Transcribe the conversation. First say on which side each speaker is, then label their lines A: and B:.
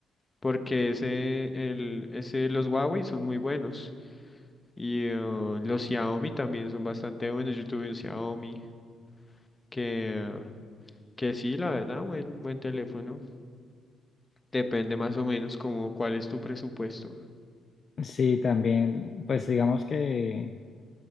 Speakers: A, on the left; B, on the left.
A: porque ese, el, ese, los Huawei son muy buenos. Y eh, los Xiaomi también son bastante buenos. Yo tuve un Xiaomi que, que sí, la verdad, buen, buen teléfono. Depende más o menos como cuál es tu presupuesto.
B: Sí, también, pues digamos que